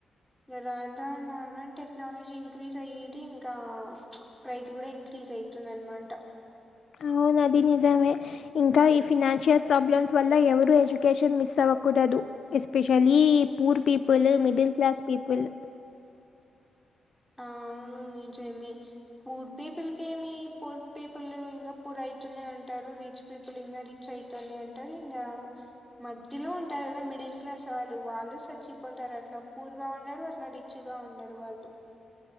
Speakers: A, in the centre; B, on the left.
A: ఇంగ రాన్ రాన్ రాన్ రాన్ టెక్నాలజీ ఇంక్రీజ్ అయ్యేది ఇంకా ప్రైజ్ కూడా ఇంక్రీజ్ అవుతుంది అన్న మాట
B: అవును అది నిజమే ఇంకా ఈ ఫినాన్షియల్ ప్రాబ్లమ్స్ వల్ల ఎవరు ఎడ్యుకేషన్ మిస్ అవ్వకూడదు ఎస్పెషలీ పూర్ పీపుల్
A: ఉమ్
B: మిడిల్ క్లాస్ పీపుల్
A: ఆవును నిజమే పూర్ పీపుల్ కి ఏమి పూర్ పీపుల్ ఇంకా పూర్ అవుతునే ఉంటారు రిచ్ పీపుల్ ఇంకా రిచ్ అయితానే ఉంటారు ఇంకా మధ్యలో ఉంటారు కదా మిడిల్ క్లాస్ వాళ్ళు వాళ్ళు చచ్చిపోతారు అట్లా పూర్గా ఉండరు అట్లా రి చ్గా ఉండరు వాళ్ళు